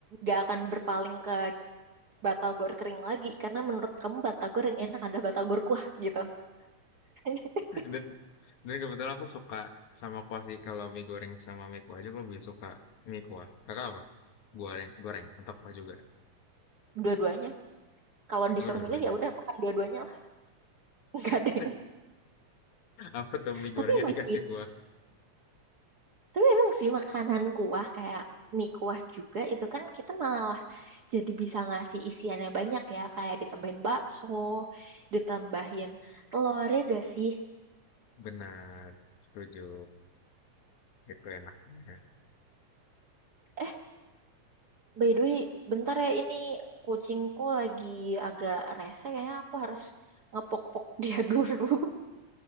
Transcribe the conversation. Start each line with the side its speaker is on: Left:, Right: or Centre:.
Right: gak akan berpaling ke batagor kering lagi karena menurut kamu batagor yang enak ada batagor kuah gitu. <laughs>
Left: Dan dan kebetulan aku suka sama kuah sih. Kalau mie goreng sama mie kuah aja aku lebih suka mie kuah. Kakak apa? Goreng, goreng atau kuah juga?
Right: Dua-duanya. Kalau
Left: Oh,
Right: disuruh
Left: dua-duanya.
Right: milih ya udah makan dua-duanya lah. <laughs> Enggak
Left: <laughs>
Right: deh.
Left: Apa tuh mie gorengnya
Right: Tapi emang
Left: dikasih
Right: sih
Left: kuah?
Right: Tapi emang sih makanan kuah kayak mie kuah juga itu kan kita malah jadi bisa ngasih isiannya banyak ya. Kayak ditambahin bakso, ditambahin telur ya gak sih?
Left: Benar, setuju. Itu enaknya.
Right: Eh, by the way, bentar ya ini kucingku lagi agak rese kayaknya aku harus ngepok-pok dia dulu.